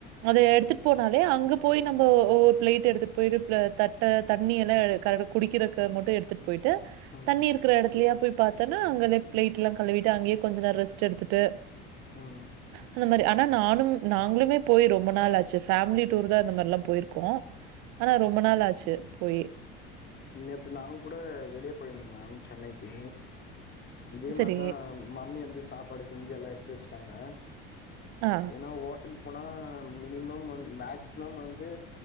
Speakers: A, on the right; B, on the left.
A: அது எடுத்துட்டு போனாலே அங்க போய் நம்ம ஒரு பிளேட் எடுத்து போயிட்டு பிள தட்ட தண்ணியெல்லா கரெ குடிக்கிறக்கு மட்டு எடுத்துட்டு போயிட்டு
B: ம்
A: தண்ணி இருக்குற எடத்துலயா போய் பாத் தன்னா அங்களே ப்ளேட்ல்லா கழுவிட்டு அங்கயே கொஞ்ச நேரோ ரெஸ்ட் எடுத்துட்டு
B: ம்
A: அந்த மாரி ஆனா நானும் நாங்களுமே போய் ரொம்ப நாள் ஆச்சு ஃபேமிலி டூர்தா இந்த மாரில்லா போயிருக்கோ ஆனா ரொம்ப நாள் ஆச்சு போயி
B: நேத்து நாங்க கூட வெளிய போயிருந்தோ மேம் சென்னைக்கி இதே
A: சரி.
B: மாரிதா மம்மி வந்து சாப்பாடு செஞ்சி எல்லா எடுத்து வச்சிட்டாங்க
A: ஆ.
B: ஏன்னா ஹோட்டலு போனா மினிமம் வந் மேக்சிமம் வந்து